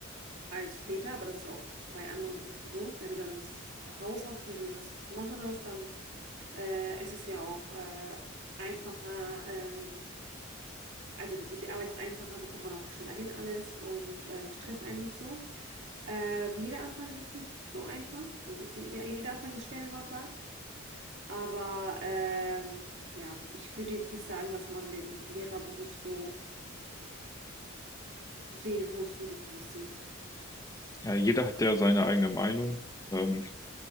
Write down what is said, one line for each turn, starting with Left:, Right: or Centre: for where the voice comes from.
Right: als später, aber das ist auch bei anderen Berufen so. Wenn du dann das raus hast, wie du das zu machen hast, dann äh, ist es ja auch äh, einfacher. Ähm, also dann ist die Arbeit auch einfacher, bekommt man auch schneller hin alles und ähm, stresst einen nicht so. Ähm, jeder Anfang ist nicht so einfach. Also ist, ja, jeder Anfang ist schwer, wie man sagt. Aber ähm, ja, ich würde jetzt nicht sagen, dass man den Lehrerberuf so sehen muss, wie du es siehst.
Left: Ja, jeder hat ja seine eigene Meinung. Ähm,